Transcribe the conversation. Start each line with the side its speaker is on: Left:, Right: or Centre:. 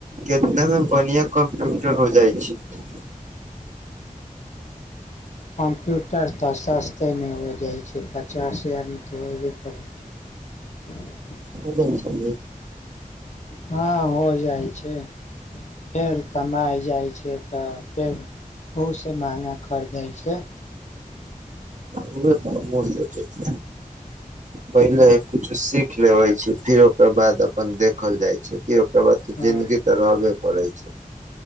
Right: कितना मे बढ़िआं कम्प्यूटर हो जाइ छैय।
Left: कम्प्यूटर तऽ सस्ते में हो जाइ छैय। पचास हजारमे तऽ होयबे करै छैय।
Right: हो जाइ छै
Left: हँ हो जाइ छैय, फेर कमाइ जाइ छैय तऽ फेर ओहिसँ महँगा खरीदै छैय।
Right: उहे तऽ हमहुँ सोचे छी। पहिले कुछु सीख लेबे छी, फिर ओकर बाद अपन देखल जाइ छैय। कि ओकरा बाद तऽ
Left: हँ
Right: जिन्दगी तऽ रहबे करै छैय।